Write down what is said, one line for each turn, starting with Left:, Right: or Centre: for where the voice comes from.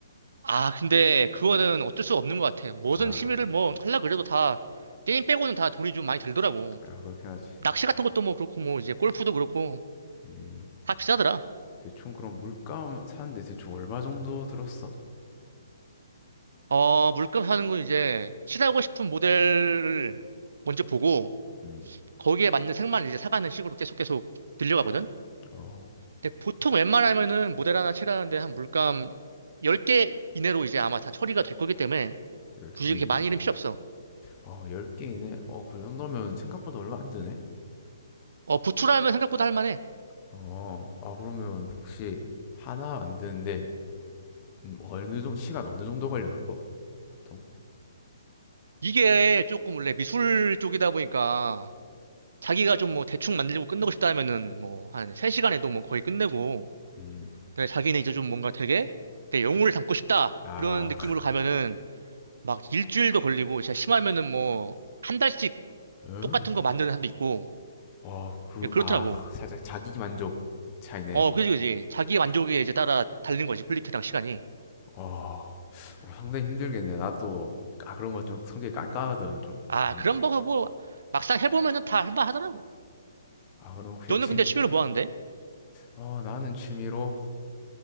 Right: 아, 근데 그거는 어쩔 수 없는 것 같아. 무슨
Left: 아,
Right: 취미를 뭐 하려 그래도 다 게임 빼고는 다 돈이 좀 많이 들더라고.
Left: 아 그렇게 하지.
Right: 낚시 같은 것도 뭐 그렇고 뭐 이제 골프도 그렇고
Left: 음.
Right: 다 비싸더라.
Left: 대충 그럼 물감 사는데 대충 얼마 정도 들었어?
Right: 어, 물감 사는 건 이제 칠하고 싶은 모델을 먼저 보고
Left: 음,
Right: 거기에 맞는 색만 이제 사가는 식으로 계속 계속 들려가거든.
Left: 어,
Right: 근데 보통 웬만하면은 모델 하나 칠하는데 한 물감 10개 이내로 이제 아마 다 처리가 될 거기 때문에
Left: 10개네.
Right: 굳이 이렇게 많이는 필요 없어.
Left: 어, 10개이네. 어, 그 정도면 생각보다 얼마 안 드네.
Right: 어, 부추라면 생각보다 할만해.
Left: 어, 아, 그러면 혹시 하나 만드는데, 음, 어느 정도, 시간 어느 정도 걸려, 그거? 보통?
Right: 이게 조금 원래 미술 쪽이다 보니까 자기가 좀 뭐 대충 만들고 끝내고 싶다 하면은 뭐 한 3시간에도 뭐 거의 끝내고
Left: 음,
Right: 근데 자기는 이제 좀 뭔가 되게 내 영혼을 담고 싶다
Left: 아,
Right: 그런 느낌으로
Left: <laughs>
Right: 가면은 막 일주일도 걸리고 진짜 심하면은 뭐 한 달씩
Left: 응?
Right: 똑같은 거 만드는 사람도 있고
Left: 어, 그,
Right: 예, 그렇더라고
Left: 아, <laughs> 살짝 자기 만족 차이네.
Right: 어 그지 그지 자기 만족에 이제 따라 다른 거지 퀄리티랑 시간이
Left: 어, 어, 상당히 힘들겠네. 나 또, 아, 그런 거 좀 성격이 깐깐하거든, 좀.
Right: 아
Left: 만-
Right: 그런 거뭐 막상 해보면은 다 할만하더라고
Left: 아, 그럼 혹시
Right: 너는
Left: 진,
Right: 근데 취미로 뭐 하는데?
Left: 어, 나는 취미로